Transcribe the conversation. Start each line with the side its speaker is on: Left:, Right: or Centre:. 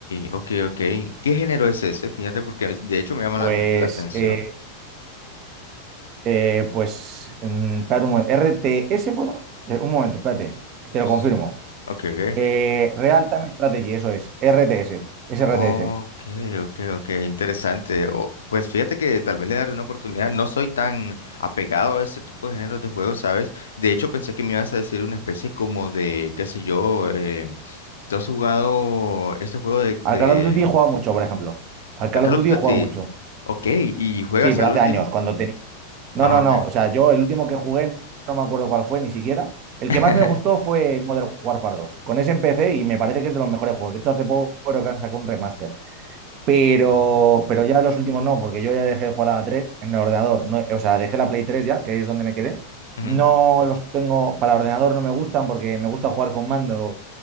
Left: ok, ok. ¿Qué género es ese? Fíjate porque de hecho me llama
Right: Pues,
Left: la, la atención.
Right: eh, eh, pues, mm, espérate un momento, RTS, ¿puedo? Eh, un momento, espérate, que te lo
Left: Sí.
Right: confirmo.
Left: Ok, ok.
Right: Eh, Real Time Strategy, eso es, RTS, es
Left: Ok,
Right: RTS.
Left: ok, ok. Interesante. O- pues fíjate que tal vez le daré una oportunidad. No soy tan apegado a ese tipo de géneros de juegos, ¿sabes? De hecho pensé que me ibas a decir una especie como de, qué sé yo, eh, ¿tú has jugado este juego de, de
Right: Al Call of Duty he jugado mucho, por ejemplo. Al Call
Left: a Call
Right: of Duty
Left: of Duty?
Right: he jugado mucho.
Left: Ok, ¿y juegas
Right: Sí, pero
Left: al
Right: hace
Left: último?
Right: años, cuando tenía No,
Left: Ah,
Right: no,
Left: ok.
Right: no. O sea, yo el último que jugué, no me acuerdo cuál fue ni siquiera. El
Left: <laughs>
Right: que más me gustó fue el Modern Warfare dos. Con ese empecé y me parece que es de los mejores juegos. De hecho, hace poco creo que han sacado un remaster. Pero,
Left: Ok.
Right: pero ya los últimos no, porque yo ya dejé de jugar a la 3 en el ordenador. No, o sea, dejé la Play 3 ya, que es donde me quedé.
Left: Ujú,
Right: No los tengo para ordenador, no me gustan porque me gusta jugar con mando.